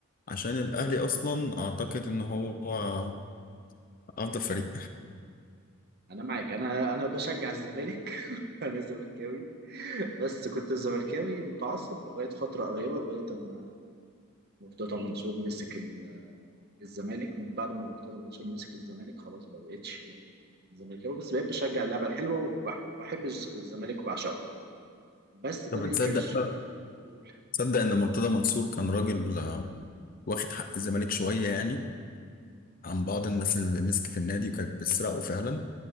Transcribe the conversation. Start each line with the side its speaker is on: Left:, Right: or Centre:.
Left: عشان الاهلي اصلا اعتقد ان هو افضل فريق
Right: أنا معاك أنا أنا بشجع الزمالك <laughs> أنا زملكاوي بس كنت زملكاوي متعصب لغاية فترة قريبة لغاية ما مرتضى منصور مسك ال- الزمالك من بعد ما مرتضى منصور مسك الزمالك خلاص ما بقتش زملكاوي بس بقيت بشجع اللعبة الحلوة وبح- وبحب الز- الزمالك وبعشقه بس ده
Left: طب
Right: ما ينكرش
Left: تصدق بقى
Right: قول
Left: تصدق ان مرتضى منصور كان راجل آه، واخد حق الزمالك شوية يعني عن بعض الناس اللي مسكت النادي وكانت بتسرقه فعلا